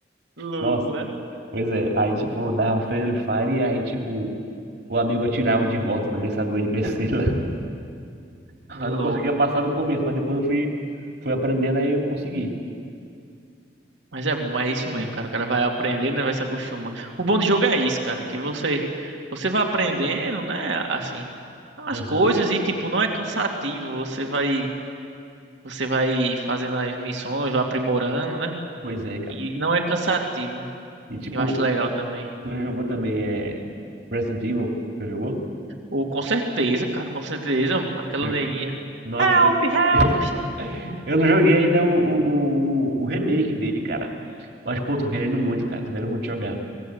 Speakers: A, on the right (about 85°); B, on the right (about 60°).
A: Louco,
B: Nossa,
A: né?
B: Pois é, aí tipo, dava friendly fire e aí tipo, o amigo atirava de volta também, sabe, o NPC lá. <laughs>
A: Louco.
B: Eu não conseguia passar no começo, mas depois eu fui, fui aprendendo, aí eu consegui.
A: Mas é, mas é isso mesmo, cara. O cara vai aprendendo, né, vai se acostumando. O bom do jogo é isso, cara, que você você vai aprendendo, né, assim, as
B: Aham.
A: coisas e tipo, não é cansativo, você vai você vai fazendo as missões, vai aprimorando, né?
B: Pois é, cara.
A: E não é cansativo.
B: E tipo,
A: Eu acho legal também.
B: tu já jogou também é, Resident Evil? Já jogou?
A: Ou com certeza, cara, com certeza, mano, aquela
B: Eu-
A: neguinha.
B: Nossa,
A: Help,
B: eu
A: help.
B: <laughs> eu não joguei ainda o, o, o, o remake dele, cara. Mas, pô, tô querendo muito, cara. Tô querendo muito jogar.